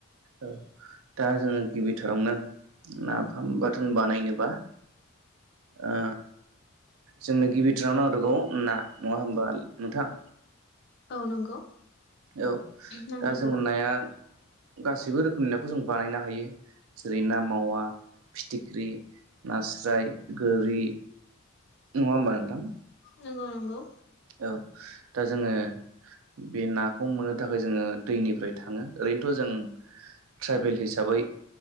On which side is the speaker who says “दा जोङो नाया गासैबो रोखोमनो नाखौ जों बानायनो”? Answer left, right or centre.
Right